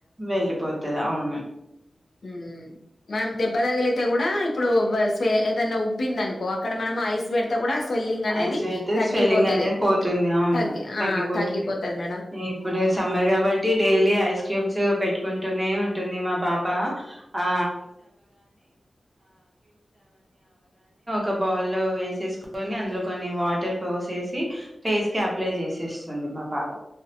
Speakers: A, on the right; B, on the left.
A: వెళ్ళిపోతుది అవును
B: ఉమ్ మనం దెబ్బ తగిలితే కూడా ఇప్పుడు ఏదన్నా ఉబ్బింది అనుకో అక్కడ మనం ఐస్ పెడితే కూడా స్వెల్లింగ్ అనేది
A: అఐస్ అయితే
B: తగ్గిపోతది
A: స్వెల్లింగ్ అనేది పోతుంది అవును
B: తగ్గి ఆ
A: తగ్గిపోతుంది
B: తగ్గిపోతది మేడం
A: ఇప్పుడు సమ్మర్ గా కాబట్టి డైలీ ఐ క్యబ్ పెట్టుకుంటూ ఉ అ అ అ బ వ అందులో కొన్ని వాటర్ పోసేసి ఫేస్ కి అప్లై చేసేస్తుంది మా పాప